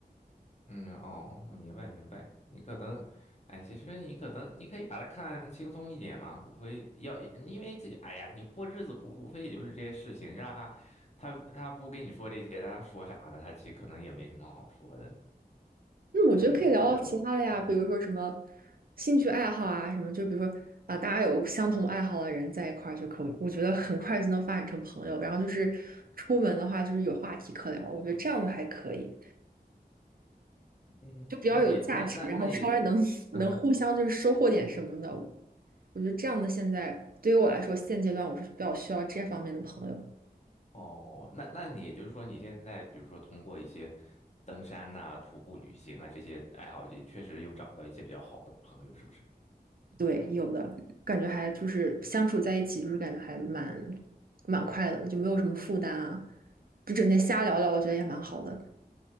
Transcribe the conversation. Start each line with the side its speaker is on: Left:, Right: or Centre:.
Left: 嗯哦，我明白明白。你可能，哎，其实你可能你可以把它看轻松一点嘛，无非要，因为这，哎呀，你过日子不无非也就是这些事情，让他他他不跟你说这些，那他说啥呢？他其实可能也没什么好说的。
Right: 那我觉得可以聊聊其他的呀，
Left: 哎呦，这就，嗯
Right: 比如说什么兴趣爱好啊，什么就比如说啊，大家有相同爱好的人在一块儿就可以，我觉得很快就能发展成朋友。然后就是出门的话，就是有话题可聊，我觉得这样的还可以，
Left: 嗯，
Right: 就比较有价值，
Left: 那也那那那也，
Right: 然后稍微能 <laughs>
Left: 嗯。
Right: 能互相就是收获点什么的。我觉得这样的现在对于我来说，现阶段我是比较需要这方面的朋友。
Left: 哦，那那你也就是说，你现在比如说通过一些登山呐、徒步旅行啊这些爱好，也确实有找到一些比较好的朋友，是不是？
Right: 对，有的，感觉还就是相处在一起，就是感觉还蛮蛮快乐的，就没有什么负担啊，就整天瞎聊聊，我觉得也蛮好的。